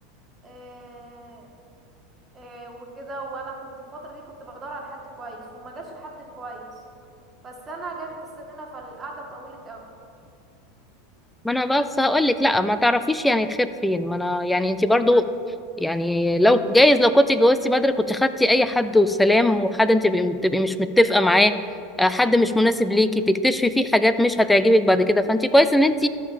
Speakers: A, on the right; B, in the centre.
A: إيه إيه وكده وانا كنت الفترة دي كنت بدور على حد كويس وما جاش الحد كويس فالسنة جابت السنة فالقعدة طولت قوي
B: ما انا بس هقول لك لا ما تعرفيش يعني الخير فين ما انا يعني انت برضو يعني لو جايز لو كنت اتجوزتي بدري كنت خدتي اي حد والسلام وحد انت تبقي تبقي مش متفقه معاه آه، حد مش مناسب ليكي تكتشفي فيه حاجات مش هتعجبك بعد كده فانت كويس ان انت